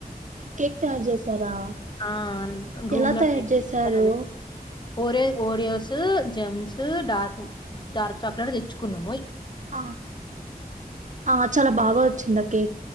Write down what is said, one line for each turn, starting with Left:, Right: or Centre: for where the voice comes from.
Right: మీరు కేక్ తయారు చేసారా
Left: ఆ రూమ్
Right: ఎలా
Left: లో
Right: తయారు
Left: కేక్
Right: చేశారు
Left: తయారు చేసాము Oreo Oreos Gems dark dark chocolate తెచ్చుకున్నాం
Right: ఆ ఆ చాలా బాగా వచ్చిందా కే